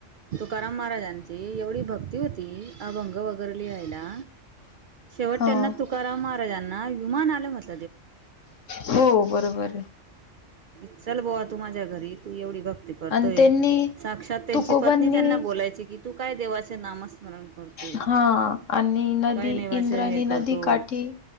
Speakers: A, on the right; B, on the left.
A: तुकाराम महाराजांची एवढी भक्ती. होती अभंग वगैर लिहायला शेवट
B: हां.
A: त्यांना तुकाराम महाराजांना विुमान आल मत
B: हो बरोबर आहे.
A: क चल बहत. माझ्या घरी तू एवढी भक्ती करतोयक्ष
B: आणि त्यांनी
A: त्यांची
B: तुकोबांनी
A: पत्नी त्यांना बोलाय की त काय? देवाच नामस्मरण करतो
B: हां
A: त
B: आणि नदी
A: काही नेवाच
B: इंद्रायणी
A: हे
B: नदी
A: करतो.
B: काठी